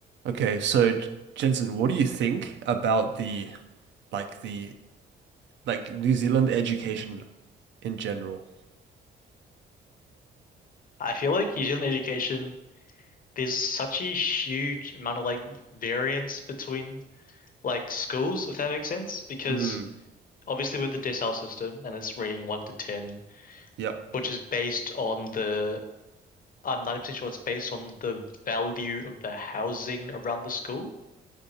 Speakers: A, on the right (about 65°); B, on the left (about 45°).
A: Okay, so J- Jensen, what do you think about the like the like New Zealand education in general?
B: I feel like New Zealand education, there's such a huge amount of like variance between like schools, if that makes sense. Because
A: Mm,
B: obviously with the decile system and it's rating one to ten,
A: yep.
B: which is based on the I'm 90% sure it's based on the value of the housing around the school.